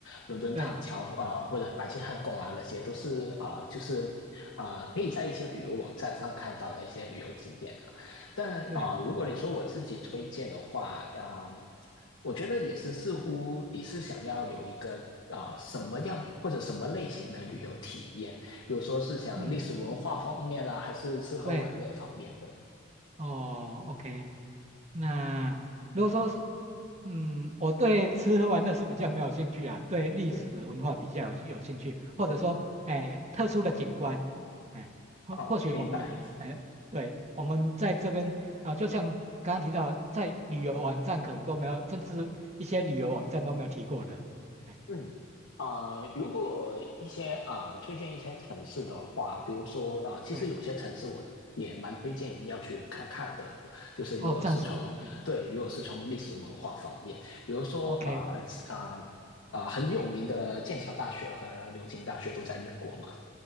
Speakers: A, on the left; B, on the right.
A: 伦敦塔桥啊、
B: 对
A: 呃或者白金汉宫啊，那些都是啊、呃就是啊、呃可以在一些旅游网站上看到的一些旅游景点啊。但啊、
B: 对，
A: 呃如果你说我自己推荐的话，啊、我觉得也是似乎你是想要有一个啊、呃什么样或者什么类型的旅游体验，比如说是想历史文化方面啊，
B: 嗯，
A: 还是吃喝玩乐方面的？
B: 对，哦 o k 那如果说是，嗯，我对吃喝玩乐是比较没有兴趣啊，对历史文化比较有有兴趣，
A: 嗯，
B: 或者说，哎，特殊的景观，哎，或或许我们，
A: 好，明白。
B: 哎，对，我们在这边啊，就像刚刚提到，在旅游网站可能都没有，甚至一些旅游网站都没有提过的，哎，
A: 嗯，啊、如果一些啊、推荐一些城市的话，比如说啊、其实有些城市我也蛮推荐要去看看的，
B: 对，
A: 就是如果是从对，
B: 哦，这样子，嗯
A: 如果是从历史文化方面，
B: 嗯
A: 比如说啊啊
B: ，OK，
A: 啊，很有名的剑桥大学和牛津大学都在英国嘛，